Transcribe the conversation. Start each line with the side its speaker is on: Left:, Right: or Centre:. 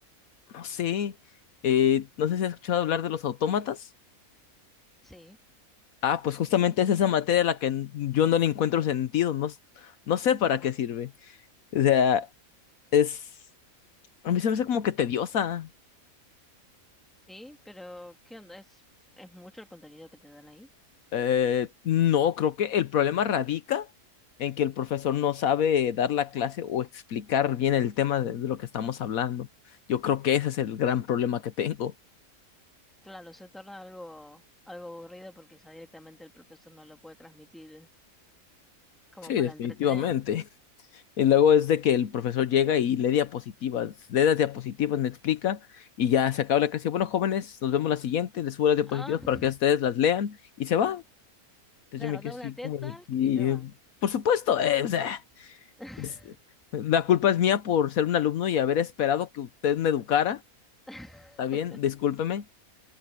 Left: No sé, eh, no sé si has escuchado hablar de los autómatas.
Centre: sí,
Left: Ah, pues justamente es esa materia a la que n- yo no le encuentro sentido, no, s- no sé para
Centre: ah,
Left: qué sirve. O sea, es... A mí se me hace como que tediosa.
Centre: sí, pero ¿qué onda? ¿Es, es mucho el contenido que te dan ahí?
Left: Eh, no, creo que el problema radica en que el profesor no sabe dar la clase o explicar bien el tema de de lo que estamos hablando. Yo creo que ese es el gran problema que tengo.
Centre: Claro, se torna algo, algo aburrido porque ya directamente el profesor no lo puede transmitir como
Left: Sí,
Centre: para
Left: definitivamente.
Centre: entretener.
Left: Y luego es de que el profesor llega y lee diapositivas, lee las diapositivas, me explica y ya se acaba la clase. Bueno, jóvenes, nos vemos la siguiente, les subo las diapositivas
Centre: Ah,
Left: para que ustedes
Centre: <laughs>
Left: las lean y se va. Entonces
Centre: claro,
Left: yo me quedé
Centre: da
Left: así
Centre: una TED
Left: como
Centre: Talk
Left: de que,
Centre: y se va.
Left: eh, por supuesto, eh, o sea,
Centre: <laughs>
Left: es- la culpa es mía por ser un alumno y haber esperado que usted me educara,
Centre: <laughs>
Left: ¿está bien? Discúlpeme.